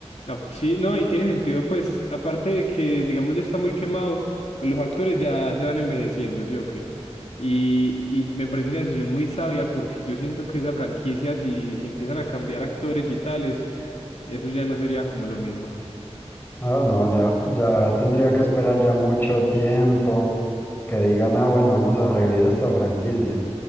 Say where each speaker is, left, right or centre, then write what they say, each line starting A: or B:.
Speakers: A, on the left; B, on the left.
A: Ah, Sí, no, y tiene sentido, pues, aparte de que, digamos, ya está muy quemado, pues los actores ya se van envejeciendo, ¿sí o qué? Y, y me parece una decisión muy sabia porque yo siento que esa franquicia, si, si empiezan a cambiar actores y tales, eso ya no sería como lo mismo.
B: Ah, no, ya, ya tendría que esperar ya mucho tiempo que digan, ah, bueno, vamos a revivir esta franquicia.